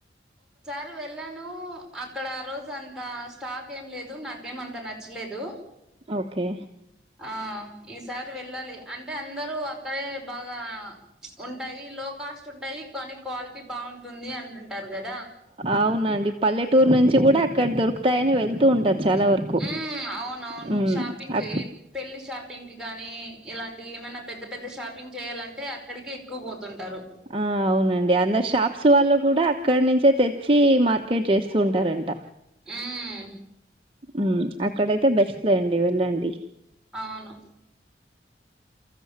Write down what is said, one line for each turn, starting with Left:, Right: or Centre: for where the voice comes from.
Centre: ారు వెళ్ళాను అక్కడ రోజు అంత స్టాక్ ఏం లేదు నాకేమంత నచ్చలేదు
Right: ఓకే
Centre: ఆ ఈసారి వెళ్ళాలి అంటే అందరూ అక్కడే బాగా ప్చ్ ఉం లో కాస్ట్ ఉంటాయి కానీ క్వాలిటీ బాగుంటుంది అంటుంటారు గదా
Right: అవునండి పల్లెటూరు నుంచి కూడా అక్కడ దొరుకుతాయని వెళ్తూ ఉంటారు చాలా వరకు
Centre: మ్మ్ మ్మ్ అవునవును
Right: హ్మ్.
Centre: షాపింగ్
Right: అక్
Centre: <unintelligible> పెళ్లి షాపింగ్ పింక్ గాని ఇలాంటివి ఏమైనా పెద్ద పెద్ద షాపింగ్ చేయాలంటే అక్కడికే ఎక్కువ పోతుంటారు
Right: ఆ అవునండి అందరూ షాప్స్ వాళ్ళు కూడా అక్కడ నుంచే తెచ్చి మార్కెట్ చేస్తూ ఉంటారంట
Centre: మ్మ్
Right: మ్మ్ అక్కడయితే బెస్ట్ లెండి వెళ్ళండి
Centre: అవును